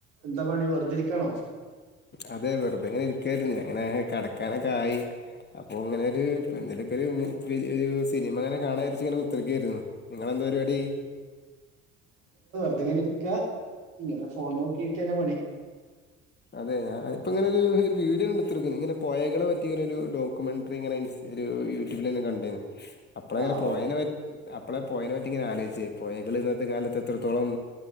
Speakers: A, on the right; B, on the left.
A: എന്താ പണി വെറുതെരിക്കാണോ
B: അതെ വെറുതെ എങ്ങനെ ഇരിക്കായിരുന്നു ഞാൻ ഇങ്ങനെ കിടക്കാനൊക്കെ ആയി അപ്പൊ അങ്ങനെ ഒരു എന്തേലൊക്കെ ഒരു ഒരു സിനിമ അങ്ങനെ കാണാച്ച ഇങ്ങനെ കുത്തിക്കയായിരുന്നു നി എന്ത പരിപാടി
A: അത്ങ്ങനെ ഇരിക്ക ഇങ്ങനെ ഫോൺ നോക്കിട്ട്ന്നെ പണി
B: അതെ ഞാൻപ്പപ്പോ ഇങ്ങനെ ഒരു വീഡിയോ എടുത്തടുക്ക ഇങ്ങനെ പോയളെ പറ്റി ഇങ്ങനെ ഒരു ഡോക്യുമെന്ററിങ്ങന യൂട്യൂബിൽ നിന്ന് കണ്ടു അപ്പള അങ്ങനെ
A: ആഹ്
B: പോയതിന
A: ഓഹ്
B: ഇപ്പോളെ പോയനെ മറ്റി ഇങ്ങനെ ആലോചിച്ച് പോയകൾ ഇന്നത്തെ കാലത്ത് എത്രത്തോളം